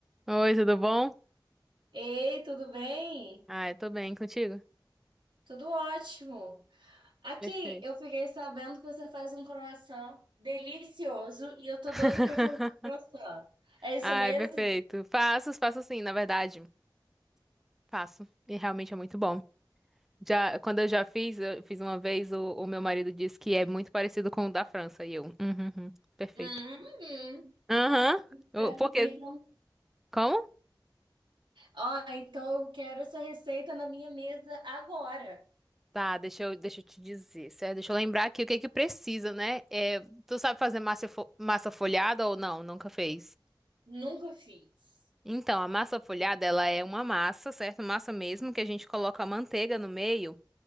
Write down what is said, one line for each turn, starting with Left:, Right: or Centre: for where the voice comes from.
Centre: Oi, tudo bom?
Right: Ei, tudo bem?
Centre: Ai, tô bem contigo?
Right: Tudo ótimo. Aqui,
Centre: Perfeito.
Right: eu fiquei sabendo que você faz um croissant delicioso e eu tô
Centre: <laughs>
Right: doido pra fazer um croissant. É isso
Centre: Ai,
Right: mesmo?
Centre: perfeito. Faço, faço sim, na verdade. Faço. E realmente é muito bom. Já, quando eu já fiz, eu fiz uma vez, o, o meu marido disse que é muito parecido com o da França. E eu, uhum, uhum, perfeito.
Right: Hum,
Centre: Aham.
Right: então,
Centre: Eu- Por quê? Como?
Right: ó, então eu quero essa receita na minha mesa agora.
Centre: Tá, deixa eu, deixa eu te dizer, certo? Deixa eu lembrar aqui o que é que precisa, né? É, tu sabe fazer massa, fo- massa folhada ou não? Nunca fez?
Right: Nunca fiz.
Centre: Então, a massa folhada, ela é uma massa, certo? Massa mesmo, que a gente coloca a manteiga no meio